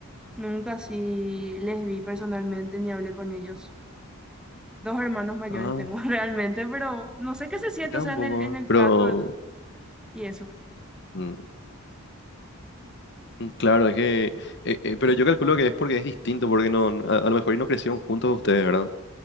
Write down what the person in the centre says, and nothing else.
nunca sí les vi personalmente ni hablé con ellos. Dos hermanos mayores
tengo <laughs> realmente, pero no sé qué se siente,
o sea,
en
el, en el
trato y eso.